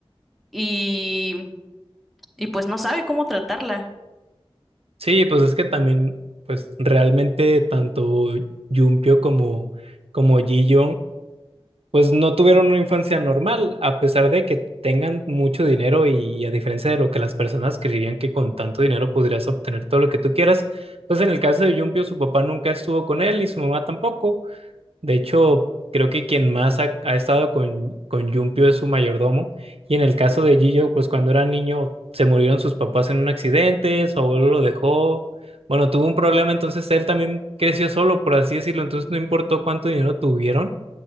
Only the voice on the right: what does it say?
Sí, pues es que también, pues realmente tanto Yumpio como, como Ji pues no tuvieron una infancia normal, a pesar de que tengan mucho dinero y a diferencia de lo que las personas creerían que con tanto dinero podrías obtener todo lo que tú quieras, pues en el caso de Yumpio su papá nunca estuvo con él ni su mamá tampoco. De hecho, creo que quien más ha, ha estado con, con Yumpio es su mayordomo. Y en el caso de Gillo, pues cuando era niño se murieron sus papás en un accidente, su abuelo lo dejó. Bueno, tuvo un problema, entonces él también creció solo, por así decirlo. Entonces no importó cuánto dinero tuvieron